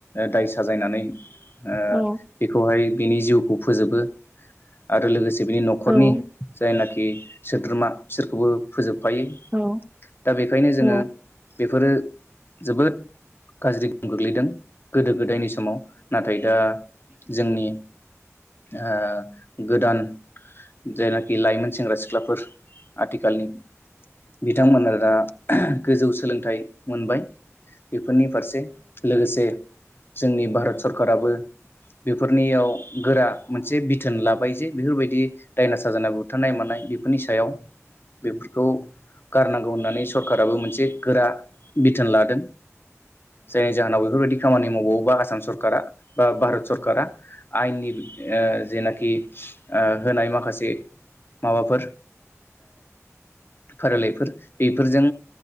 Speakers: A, on the left; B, on the right.
A: दाय साजायनानै ओ
B: औ
A: बेखौहाय बिनि जिउ खौ फोजोबो आरो लोगोसे बिनि नखरनि
B: औ
A: जायनाखि सोद्रोमा बिसोरखौबो फोजोब थफायो
B: औ
A: दा बेखायनो जोंङो
B: औ
A: बेफोरो जोबोद गाज्रि गोग्लैदों गोदो गोदोनि समाव नाथाय दा जोंनि ओ गोदान जायनाखि लाइमोन सेंग्रा सिख्लाफोर आथिखालनि बिथांमोन दा गोजौ सोलोंथाइ मोनबाय बेफोर फोरनि फारसे लोगोसे जोंनि भारत सरकाराबो बेफोरनियाव गोरा मोनसे बिथोन लाबाय जे बेफोरबायदि दायनासा जानाय बुथारनाय मानाय बेफोरनि सायाव बेफोरखौ गारनांगौ होननानै सरकाराबो मोनसे गोरा बिथोन लादों जायनि जाहोनाव बेफोरबायदि बावबा आसाम सरकारा बा भारत सरकारा आयेननि जेनाखि होनाय माखासे माबाफोर फारिलाइफोर बेफोरजों